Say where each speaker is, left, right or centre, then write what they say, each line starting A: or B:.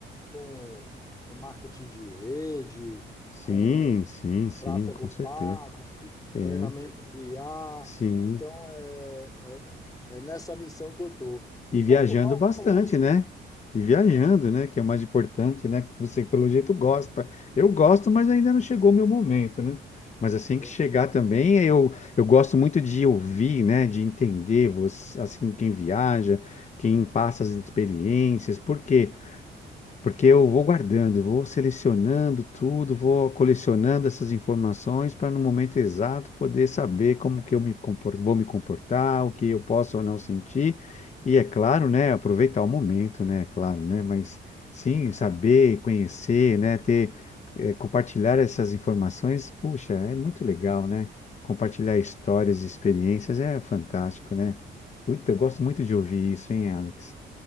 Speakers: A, on the left; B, on the left.
A: com, com marketing de rede,
B: sim,
A: com
B: sim, sim,
A: tráfego
B: com certeza.
A: pago
B: É,
A: treinamento de IA.
B: sim.
A: Então, é, é, é nessa missão que eu estou. E
B: E
A: Portugal
B: viajando bastante,
A: reconhece.
B: né? E viajando,
A: É,
B: né? Que é o mais importante, né? Que você, pelo
A: pois
B: jeito,
A: é,
B: gosta. Eu gosto, mas ainda não chegou o meu momento, né? Mas assim
A: eu
B: que chegar também, eu, eu gosto muito de ouvir, né? De entender você, assim, quem viaja, quem passa as experiências, porque porque eu vou guardando, vou selecionando tudo, vou colecionando essas informações para no momento exato poder saber como que eu me compor- vou me comportar, o que eu posso ou não sentir. E é claro, né, aproveitar o momento, né, é claro, né, mas sim, saber, conhecer, né, ter, eh, compartilhar essas informações, puxa, é muito legal, né? Compartilhar histórias e experiências é fantástico, né? Puta, eu gosto muito de ouvir isso, hein, Alex?